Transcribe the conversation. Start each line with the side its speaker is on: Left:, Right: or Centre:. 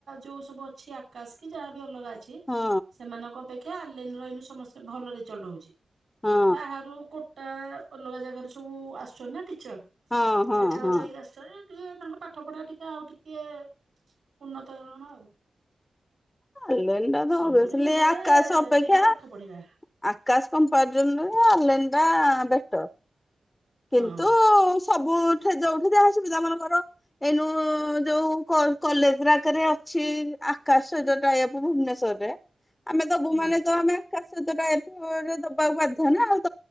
Right: ଯୋଉ ସବୁ ଅଛି ଆକାଶ କି? ଯାହା ବି ଅଲଗା ଅଛି
Left: ହଁ
Right: ସେମାନଙ୍କ ଅପେକ୍ଷା ଅନଲାଇନ ର ଏଇନା ସମସ୍ତେ ଭଲ ରେଜଲ୍ଟ ହଉଛି।
Left: ହଁ
Right: ବାହାରୁ କ ତା ଅଲଗା ଜାଗାରେ ସବୁ ଆସୁଛନ୍ତି ନା ଟି ଚର୍
Left: ହଁ ହଁ
Right: ବଛା ବଛା
Left: ହଁ।
Right: ହେଇକି ଆସୁଚ ଟିକେ ତାଙ୍କ ପାଠ ପଢା ଟିକେ ଆଉ ଟିକେ ଉନ୍ନତ ଧରଣ ଆଉ
Left: ଆଲେଣ୍ଡା ତ
Right: ସବୁରି
Left: ଭବେି
Right: ମୂଳରେ
Left: ଆକାଶ ଅପେକ୍ଷା
Right: ପିଲା ପାଠ ପଢିବା
Left: ଆକାଶ କମ୍ପ ଆଲେଣ୍ଡା ବେଶ କିନ୍ତୁ
Right: ହଁ।
Left: । ସବୁଠେ ଯୋଉଠି ଯାହା ସିବିଧା ମାନେକର ଏଇନୁ ଯୋଉ କଲେଜ ଡାକରେ ଅଛି ଆକାଶ ଯୋଉ ଟା ଟପ ଭୁବନେଶ୍ଵର ରେ । ଆମେ ଦବୁ
Right: ହୁଁ।
Left: ମାନେ ଆମେ କ ହ ନା । ଆକାଶ ତଟା ଏରେ ଦବାକୁ ବାଧ୍ୟ ନା ଆଉ ।